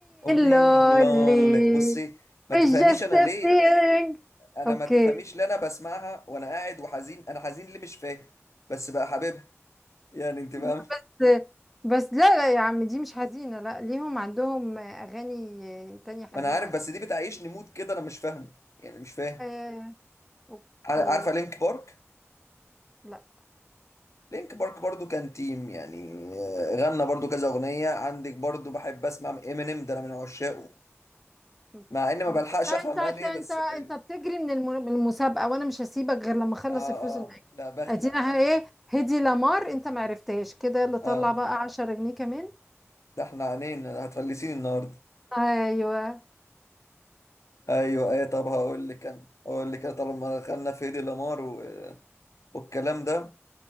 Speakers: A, on the left; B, in the centre.
A: of being
B: لولي
A: lonely بصي ما
B: It's
A: تفهميش
B: just
A: انا
B: a
A: ليه
B: feeling
A: انا
B: اوكي
A: ما تفهميش ليه انا بسمعها وانا قاعد وحزين انا حزين ليه مش فاهم بس بقى حبيبها يعني انت
B: لا
A: فاهم
B: بس بس لا لا يا عم دي مش حزينه لا ليهم عندهم اغاني تانية حزينه
A: انا عارف
B: بس
A: بس دي بتعيشني مود كده انا مش فاهمه يعني مش فاهم
B: آه. اوكي
A: عار- عارفه لينك بارك
B: لا
A: لينك بارك برضو كان تيم يعني آه، غنى برضو كذا اغنيه عندك برضو بحب اسمع امينيم ده انا من عشاقه
B: اوكي
A: مع اني ما بلحقش
B: طب انت
A: افهم
B: انت
A: قال ايه
B: انت
A: بس
B: انت
A: حلو
B: بتجري من الم- من المسابقه وانا مش هسيبك غير لما اخلص
A: اه
B: الفلوس اللي
A: اه
B: معاك
A: لا بخلع
B: ادينا ايه هدي لمار انت ما عرفتهاش كده يلا طلع
A: اه
B: بقى 10 جنيه كمان
A: ده احنا عينينا هتفلسيني النهارده
B: ايوه
A: ايوه ايه طب هقول لك انا هقول لك انا طالما دخلنا في هيدي لامار و... والكلام ده